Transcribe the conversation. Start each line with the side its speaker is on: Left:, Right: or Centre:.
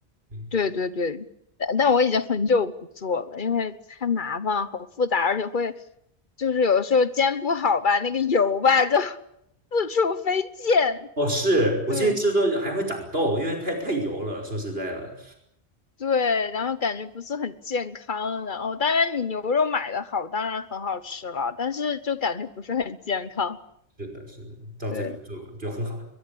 Right: 嗯，
Left: 对对对，但但我已经很久不做了，因为太麻烦了，好复杂，而且会就是有的时候煎不好吧，那个油吧就 <laughs> 四处飞溅。
Right: 哦，是我之前吃的时候还会长痘，
Left: 对
Right: 因为太太油了，说实在的。
Left: 对，然后感觉不是很健康。然后当然你牛肉买的好，当然很好吃了，但是就感觉不是很健康。
Right: 是的，是的，照这个做法就很好，
Left: 对